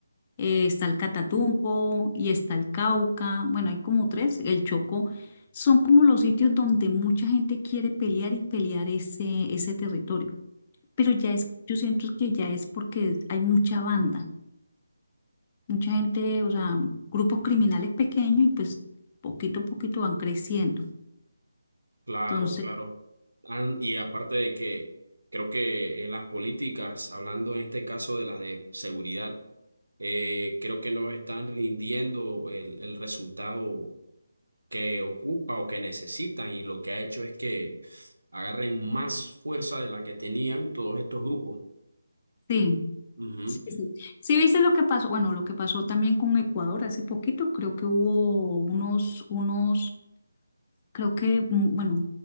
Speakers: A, on the left; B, on the right.
A: Eh, está el Catatumbo y está el Cauca, bueno, hay como tres, el Chocó. Son como los sitios donde mucha gente quiere pelear y pelear ese, ese territorio. Pero ya es, yo siento que ya es porque hay mucha banda. Mucha gente, o sea, grupos criminales pequeños y pues poquito a poquito van creciendo.
B: Claro,
A: Entonces,
B: claro. Han- Y aparte de que creo que eh, las políticas, hablando en este caso de las de seguridad, eh, creo que no están rindiendo el, el resultado que ocupa o que necesitan y lo que ha hecho es que agarren más fuerza de la que tenían todos estos grupos.
A: sí,
B: Ujú.
A: sí, sí. Sí, viste lo que pasó, bueno, lo que pasó también con Ecuador hace poquito, creo que hubo unos, unos, creo que, mm, bueno,